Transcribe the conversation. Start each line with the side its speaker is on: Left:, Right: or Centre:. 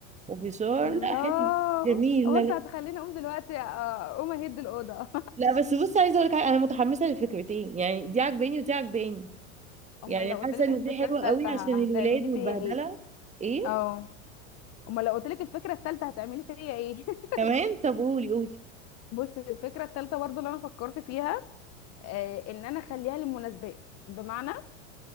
Right: وفشار
Left: الله
Right: لا حلو جميل
Left: بص
Right: لا لا
Left: هتخليني اقوم دلوقتي آه، اقوم اهد الاوضه
Right: لا بس بص عايزة اقول لك حاجة، انا متحمسة للفكرتين يعني دي عجباني ودي عجباني
Left: <laughs> امال
Right: يعني
Left: لو قلت
Right: حاسة
Left: لك
Right: ان
Left: الفكره
Right: دي حلوة
Left: الثالثه
Right: قوي عشان الولاد
Left: هتعملي
Right: والبهدلة
Left: فيا ايه
Right: ايه
Left: اه امال لو قلت لك الفكره الثالثه هتعملي فيا ايه <laughs>
Right: كمان طب قولي قولي
Left: بص الفكره الثالثه برضو اللي انا فكرت فيها آه، ان انا اخليها للمناسبات بمعنى